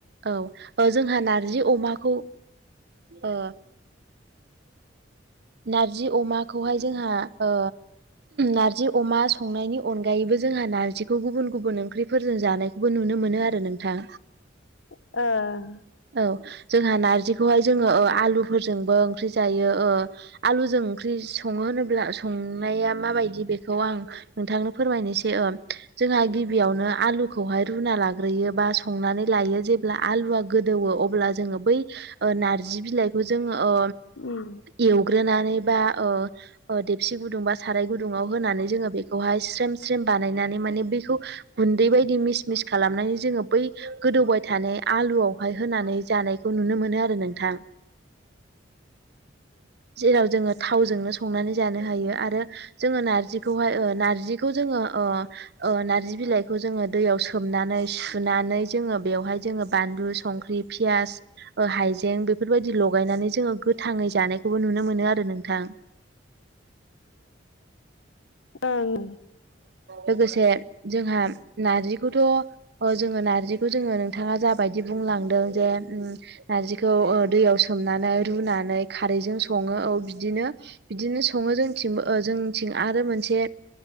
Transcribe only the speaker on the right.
औ ओ जोंहा नारजि अमाखौ ओ नारजि अमाखौहाय जोंहा ओ नारजि अमा संनायनि अनगायैबो जोंहा नारजिखौ गुबुन गुबुन ओंख्रिफोरजों जानायखौबो नुनो मोनो आरो नोंथां।
औ जोंहा नारजिखौहाय जोङो ओ आलु फोरजोंबो ओंख्रि जायो आलुजों सङो संनाया माबायदि बे आं नोंथांनो फोरमायनोसै जोंहा गिबियावनो आलु खौहाय रुना लाग्रोयो बा संनानै लायो जेब्ला आलुवा गोदौवो अब्ला जोङो बै ओ नार्जि बिलाइखौ जोङो ओ
एवग्रोनानै बा ओ देबसि गुदुं बा साराय गुदुंङाव होनानै जोङो बे खौहाय स्रोम स्रोम बानायनानै माने बेखौ गुन्दै बायदि मिस मिस खालामनानै जोङो बै गोदौबाय थानाय आलुआवहाय होनानै जानायखौ नुनो मोनो आरो नोंथां। जेराव जोङो थावजोंनो संनानै जानो हायो आरो जोङो नारजिखौहाय ओ नारजिखौ जोङो अ अ नारजि बिलाइ बेखौ जोङो दैयाव सोमनानै सुनानै जोङो बेवहाय जोङो बानलु संख्रि पियास हाइजें बेफोरबायदि लगायनानै जोो गोथाङै जानाय बेखौबो नुनो मोनो आरो नोंथां।
लोगोसे जोंहा नारजिखौथ' जोङो नारजिखौ जोङो नोंथाङा जाबायदि बुंलांदों जे नारजिखौ दैयाव सोमनानै रुनानै खारैजों सङो औ बिदिनो बिदिनो सङो जोंथिंबो जों आरो मोनसे